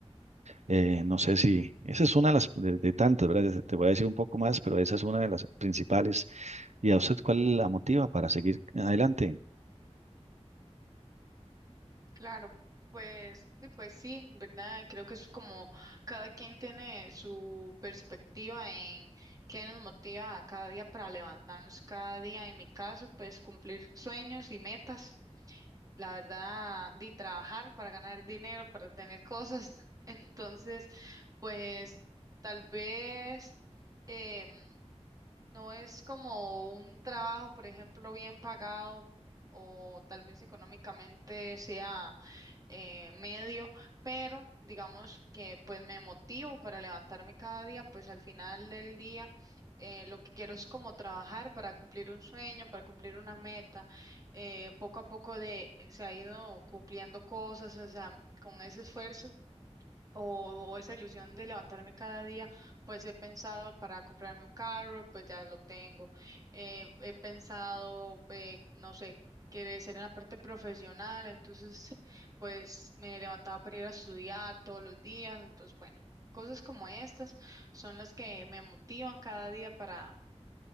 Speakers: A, on the right; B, on the right.
A: Eh, no sé si, esa es una de las de, de tantas, ¿verdad? Ya Te voy a decir un poco más, pero esa es una de las principales. ¿Y a usted cuál la motiva para seguir adelante?
B: Claro, pues, sí, pues sí, ¿verdad? Creo que es como cada quien tiene su perspectiva en qué nos motiva a cada día para levantarnos cada día. En mi caso, pues cumplir sueños y metas. la verdad, de trabajar para ganar dinero, para tener cosas. <laughs> Entonces, pues tal vez em, no es como un trabajo, por ejemplo, bien pagado o tal vez económicamente sea eh, medio, pero digamos que pues me motivo para levantarme cada día, pues al final del día eh, lo que quiero es como trabajar para cumplir un sueño, para cumplir una meta, eh, poco a poco de, se ha ido cumpliendo cosas, o sea, con ese esfuerzo o, o esa ilusión de levantarme cada día, pues he pensado para comprarme un carro, pues ya lo tengo. Eh, he pensado, eh, no sé, crecer en la parte profesional, entonces pues me levantaba para ir a estudiar todos los días, entonces bueno, cosas como estas son las que me motivan cada día para,